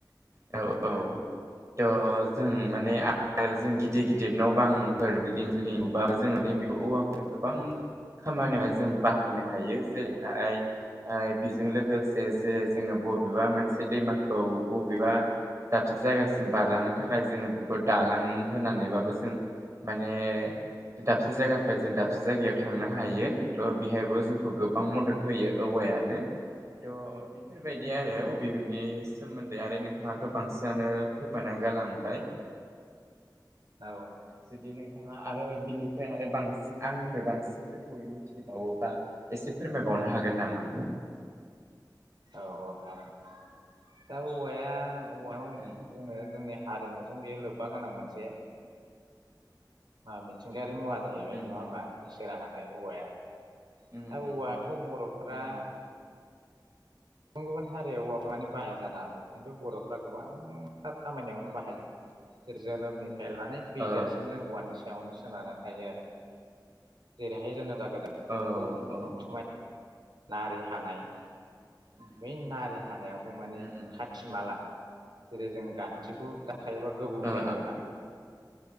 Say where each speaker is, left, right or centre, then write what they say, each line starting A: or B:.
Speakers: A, on the right; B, on the right.
A: औ औ। थ' जों माने ओ जों गिदिर गिदिर न' बांफोर बिल्डिं सिल्डिं लुबाबो जों माने बेखौ औवाखौ गोबां खामानियावहाय जों बाहायनो हायो जेरैहाय हाय ओ बेजों लोगो से जे जोङो बबेबा मोनसे बे दैमाखौ ब बेबा दाबसे जायगासि म बारलांनो थाखाय जोङो खौ दालां होनानैबाबो जों माने दाबसे जायगानिफ्राय जों दाबसे जायगायाव थांनो हायो थ' बेहायबो जोंखौ गोबां मदद होयो औवायानो थ' बि बेफोरबायदि आरो
B: औ
A: बिबनि दोंमोन दे आरो नोंथाङाथ' बांसिनानो फोरमायनानै गालांबाय
B: औ
A: जुदि नों थाङा आरो बिनिफ्राय आरो बांसिन आंनिफ्राय बांसिन गोथौयै मिथिबावोबा एसे फोरमायबावनो हागोन नामा?
B: औ औ हागोन दा औवाया औवायाव
A: उम
B: जोङो जोंनि हारिमुजों बियो लोब्बा गोनां मोनसे मा मिथिंगायारि मुवा जाहैबाय
A: उम
B: नङा होमबा
A: उम
B: इसोरा होनाय औवाया दा
A: उम
B: औवाखौ
A: उम
B: बर'फ्रा
A: उम
B: गुबुन गुबुन हारियाव औवाखौ माने बाहाया जानो हागौ खिन्थु बर'फ्रा गोबांथार खामानियावनो बाहायो जेरै जोनोमनि लानानै थैजासिम
A: औ
B: जों औवानि सायावनो सो सोनारनानै थायो आरो जेरैहाय जोंनोबा गोदान गथ'फोरखौ
A: औ औ
B: उथुमाय
A: औ
B: नारि हानाय
A: उम
B: बै नारि हानायावबो माने
A: उम उम
B: खाथि माला जेरै जों गान्थिखौ
A: ओ
B: दानखायोबा गोबौ
A: ओ
B: जाया होमबा?